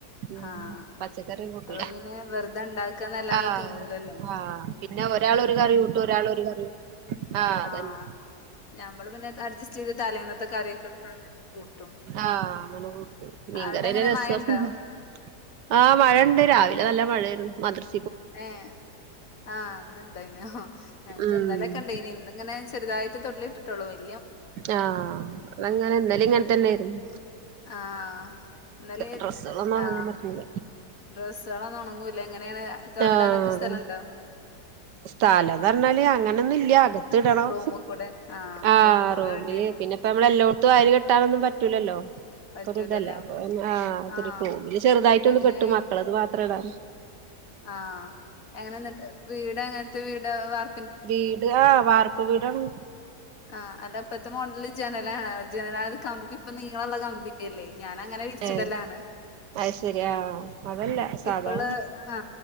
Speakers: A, on the right; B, on the left.
A: മ്
B: ആഹ്
A: പ പച്ചകറി കൂട്ടൂല
B: അപ്പൊ പിന്നെ വെറുതെ ഇണ്ടാക്കാന്നല്ലാതെ
A: ആ
B: തിന്നൂലല്ലോ
A: ആ പിന്നെ ഒരാളൊരു കറി കൂട്ടു ഒരാ ഒരാളൊരു കറി ആഹ്
B: ആ
A: അതന്നെ
B: ഞമ്മള് പിന്നെതഡ്ജസ്റ്റ് ചെയ്ത് തലേന്ന ത്തെ കറിയെക്കെ എടുത്തങ്ങനെ കൂട്ടും
A: ആഹ് അങ്ങനെ കൂട്ടും മീൻകറി
B: അവിടെ എങ്ങനെ
A: ഒരു
B: മഴണ്ടോ
A: <unintelligible> ആ മഴണ്ട് രാവിലെ നല്ല മഴ <unintelligible>
B: ഏ ആ ഇന്നുണ്ടായിനോ ഞക്ക്
A: ഉം
B: ഇന്നലെ കണ്ടെയിന് ഇന്ന് ഇങ്ങനെ ചെറുതായിട്ട് തൊള്ളിയേട്ടിട്ടുള്ളൂ വലി
A: ആ ഇവിടങ്ങനെ ഇന്നലെങ്ങനതന്നെരുന്നു
B: ആ ഇന്നലെ
A: ഡ്രസ്സുകളൊന്നും ഒണങ്ങാൻ
B: ആ
A: പറ്റുന്നില്ല
B: ഡ്രസ്സ്കളൊന്നും ഒണങ്ങൂല എങ്ങനെയാണ് തോരടാനൊക്കെ
A: ആ അതന്നെ
B: സ്ഥലണ്ടോ
A: സ്ഥലന്നറഞ്ഞാല് അങ്ങനൊന്നുല്ല ത്തിടണം
B: റൂമ് കൂടെ ആഹ്
A: ആ
B: റൂമ് കൂടെ
A: റൂമില്
B: ഇടേണ്ടിവരും
A: പിന്നിപ്പോ മ്മള് എല്ലോട്ത്തും അയല് കെട്ടാനൊന്നും പറ്റൂലല്ലോ
B: പറ്റൂലല്ലോ
A: ഒറിതല്ലേ അപ്പോം ആ <unintelligible>
B: ആഹ്
A: ചെറുതായിട്ടൊന്ന്
B: പിന്നെ
A: കെട്ടും മക്കളത് മാത്ര മാത്രടാ
B: ആ എങ്ങനെന്നി വീട് എങ്ങൻത്തെ വീടാ വാർ
A: വീട്, ആ വാർപ്പ് വീടാണ്.
B: ആ അല്ല ഇപ്പത്തെ മോഡല് ജനലാണ. ജനല് ആ കമ്പി ഇപ്പം നീളള്ള കമ്പിയല്ലേ. ഞാനങ്ങനെ വിരിച്ചിടലാണ്.
A: ഏ അത് ശരി ആഹ് അതല്ല സാധാ
B: ഇപ്പള് ആ,